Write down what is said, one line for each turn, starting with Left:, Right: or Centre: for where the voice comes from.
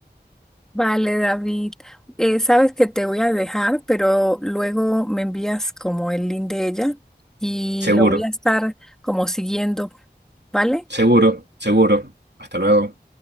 Centre: Vale, David. Eh, sabes que te voy a dejar, pero luego me envías como el link de ella y
Right: Seguro,
Centre: lo voy a estar como siguiendo, ¿vale?
Right: seguro, seguro. Hasta luego.